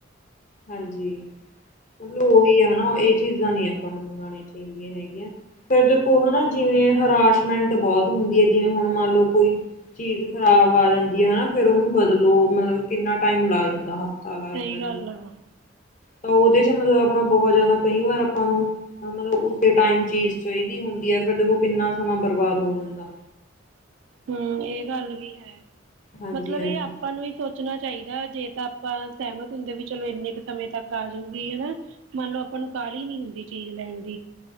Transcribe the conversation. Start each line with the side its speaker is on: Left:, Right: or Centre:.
Left: ਹਾਂਜੀ, ਮਤਲਬ ਉਹੀ ਆ ਹਨਾ ਇਹ ਚੀਜ਼ਾਂ ਨੀ ਆਪਾਂ ਨੂੰ ਮੰਗਵਾਉਣੀਆਂ ਚਾਹੀ ਹੈਗੀਆਂ ਫੇਰ ਦੇਖੋ
Right: ਹਾਂਜੀ
Left: ਹਨਾ ਜਿਵੇਂ ਹਰਾਸ਼ ਮੈਂਟ ਬਹੁਤ ਹੁੰਦੀ ਹੈ ਜਿਵੇਂ ਹੁਣ ਮੰਨ ਲਓ ਕੋਈ ਚੀਜ਼ ਖ਼ਰਾਬ ਆ ਜਾਂਦੀ ਹੈ ਹਨਾ ਫੇਰ ਉਹਨੂੰ ਬਦਲੋ ਮਤਲਬ ਕਿੰਨਾ ਟਾਈਮ ਲੱਗ ਜਾਂਦਾ ਤਾਲਾਦਾ
Right: ਸਹੀ ਗੱਲ ਆ
Left: ਤਾਂ ਉਹਦੇ 'ਚ ਮਤਲਬ ਆਪਣਾ ਬਹੁਤ ਜ਼ਿਆਦਾ ਕਈ ਵਾਰ ਆਪਾਂ ਨੂੰ ਮਤਲਬ ਉਸੇ ਟਾਈਮ ਚੀਜ਼ ਚਾਹੀਦੀ ਹੁੰਦੀ ਹੈ ਫਿਰ ਦੇਖੋ ਕਿੰਨਾ ਸਮਾਂ ਬਰਬਾਦ ਹੋ ਜਾਂਦਾ
Right: ਹਮ ਇਹ ਗੱਲ ਵੀ ਹੈ
Left: ਹਾਂਜੀ
Right: ਮਤਲਬ
Left: ਹਾਂਜੀ
Right: ਇਹ ਆਪਾਂ ਨੂੰ ਵੀ ਸੋਚਣਾ ਚਾਹੀਦਾ ਹੈ ਜੇ ਤਾਂ ਆਪਾਂ ਸਹਿਮਤ ਹੁੰਦੇ ਵੀ ਚਲੋ ਇੰਨੇ ਕੁ ਸਮੇਂ ਤੱਕ ਆ ਜਾਊਗੀ ਹਨਾ ਮੰਨ ਲਓ ਆਪਾਂ ਨੂੰ ਕਾਹਲੀ ਨੀ ਹੁੰਦੀ ਚੀਜ਼ ਲੈਣ ਦੀ